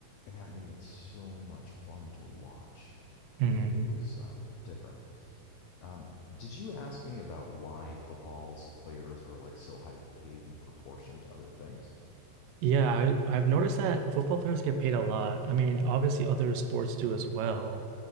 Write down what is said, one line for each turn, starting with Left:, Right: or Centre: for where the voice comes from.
Left: and that made it so much fun to watch.
Right: hmm
Left: It, it was um, different. Um, did you ask me about why football's players are like so high paid in proportion to other things?
Right: Yeah, I, I've noticed that football players get paid a lot. I mean, obviously other sports do as well.